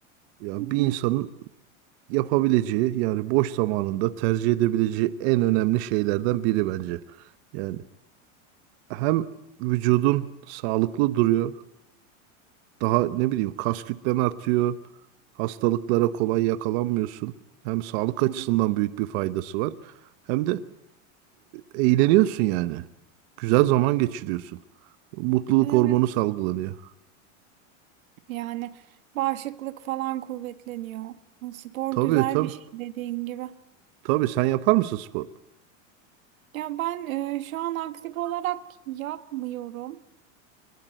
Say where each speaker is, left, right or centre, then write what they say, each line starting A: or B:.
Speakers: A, on the right; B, on the right.
A: Ya
B: Hı
A: bir
B: hı.
A: insanın yapabileceği yani boş zamanında tercih edebileceği en önemli şeylerden biri bence. Yani hem vücudun sağlıklı duruyor. Daha ne bileyim kas kütlen artıyor. Hastalıklara kolay yakalanmıyorsun. Hem sağlık
B: Evet.
A: açısından büyük bir faydası var. Hem de e, eğleniyorsun yani. Güzel zaman geçiriyorsun. Mutluluk
B: Evet,
A: hormonu salgılanıyor.
B: Yani bağışıklık falan kuvvetleniyor. Spor
A: Tabii
B: güzel
A: tabii.
B: bir şey dediğin gibi.
A: Tabii sen yapar mısın spor?
B: Ya ben e, şu an aktif olarak yapmıyorum.